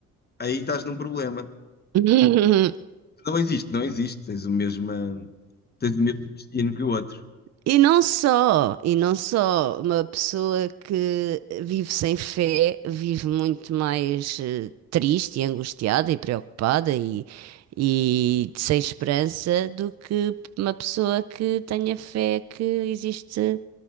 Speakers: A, on the left; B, on the right.
A: aí estás num problema.
B: <laughs>
A: Não existe, não existe. Tens o mesmo, eh, tens o mesmo destino que o outro.
B: E não só, e não só, uma pessoa que vive sem fé vive muito mais eh, triste e angustiada e preocupada e, e sem esperança do que uma pessoa que tenha fé que existe